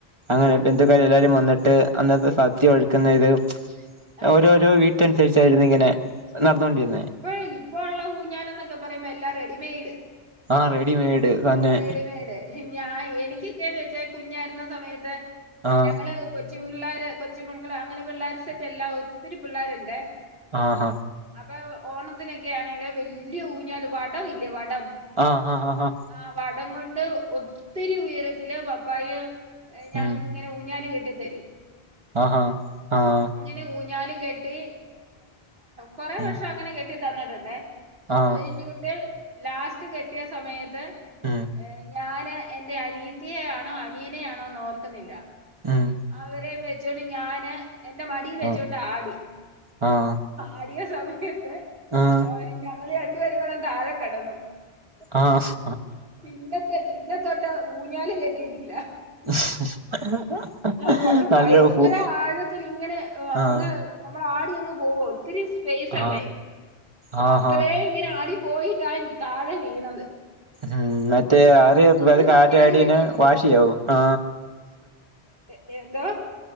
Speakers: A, on the right; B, on the right.
A: അങ്ങനെ
B: ആഹ്
A: ബന്ധക്കാരും എല്ലാരും വന്നെട്ട് അന്നക്കെ സദ്യ ഒരുക്കുന്നത്.
B: ആഹ്
A: ഓരോരോ വീ ട്ടനുസരിച്ചാരുന്നു ഇങ്ങനെ നടന്നൊണ്ടിരുന്നെ.
B: ഇപ്പഴി ഇപ്പോ ഒള്ള ഊഞ്ഞാല് എന്നൊക്കെ പറയുമ്പോ, എല്ലാം റെഡിമെഡ്.
A: ആഹ് റെഡിമേഡ് തന്നെ
B: റെഡിമേഡ്. ഞാ എനിക്കൊക്കെയെന്ന് വെച്ചാ കുഞ്ഞാരുന്ന സമയത്ത്
A: ആഹ്
B: ഞങ്ങെള്. കൊച്ചു പിള്ളേര്, കൊച്ചിമക്കെള് അങ്ങനെ പിള്ളേരെ സെറ്റെല്ലാം ഒത്തിരി പിള്ളേരൊണ്ടേ.
A: ആഹ് ഹാ
B: അപ്പ ഓണത്തിനെക്കെയാണെല്‌ വെല്ലാ ഊഞ്ഞാല്, വടം ഇല്ലേ വടം?
A: ആഹ് ആഹ് ആഹ് ആഹ്
B: ആഹ് വടം കൊണ്ട് ഒത്തിരി ഉയരത്തില് പപ്പായ് ഞങ്ങെക്ക്.
A: ഉം
B: നെ ഊഞ്ഞാല് കെട്ടി തെരും.
A: ആഹാ ആഹ്
B: നെ ഊഞ്ഞാല് കെട്ടി, കൊറെ
A: ഉം
B: വർഷം അങ്ങെനെ കെട്ടി തന്നിട്ടൊണ്ടേ.
A: ആഹ്
B: അത് കഴിഞ്ഞിട്ട് ലാസ്റ്റ് കെട്ടിയ സമയത്ത്
A: ഉം
B: ഏ ഞാന് എന്റെ അനീത്തിയെ ആണോ അനിയനെ ആണോ ഓർക്കുന്നില്ല
A: ഉം
B: അവരെ വെച്ചോണ്ട് ഞാന് എന്റെ മടിൽ വെച്ചോണ്ട്
A: ആഹ്
B: ആടി
A: ആഹ്
B: ആടിയ സമയത്ത്
A: ആഹ്
B: ഓ ഞങ്ങള് രണ്ടുപേരും കൂടെ തായെ കെടന്നു
A: ആഹ്
B: പിന്റെത്തെ പിന്റെ തൊട്ട ഊഞ്ഞാല കെട്ടിട്ടില്ല
A: <unintelligible>
B: ആ പക്ഷെ ഭയങ്കര
A: നല്ല ഹൂ
B: ആഴത്തിൽ ഇങ്ങനെ അങ്ങ്
A: ആഹ്
B: നമ്മള ആടി അങ്ങ് പോവ ഒത്തിരി പേസണ്ടേ
A: ആ ആ
B: അത്രേ
A: ഹാ
B: ഇങ്ങനെ ആടി പോയിട്ടാ താഴെ വീണത്
A: <unintelligible>
B: പിന്നെ ഊഞ്ഞാല് കെട്ടിയിട്ടില്ല
A: വാശിയോ
B: ഒന്നും
A: ആ
B: എ എന്തോ